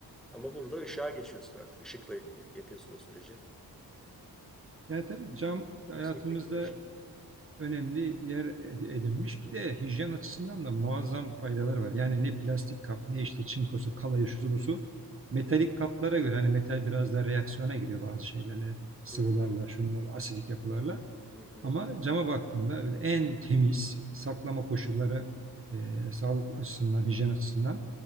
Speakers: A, in the centre; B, on the right.
A: Ama burada ışığa geçiyorsun artık. Işıkla y- yapıyorsun o süreci.
B: Yani tabii cam hayatımızda
A: Yüksek teknoloji.
B: önemli yer ed- edinmiş.
A: Hı hı,
B: Bir de hijyen açısından da muazzam faydaları var. Yani ne plastik kap, ne işte çinkosu, kalayı, şusu busu. Metalik kaplara göre hani metal biraz da reaksiyona giriyor bazı şeylerle, sıvılarla,
A: hı hı,
B: şunlarla, asidik yapılarla.
A: hı hı.
B: Ama cama baktığında böyle en temiz saklama koşulları e, sağlık açısından, hijyen açısından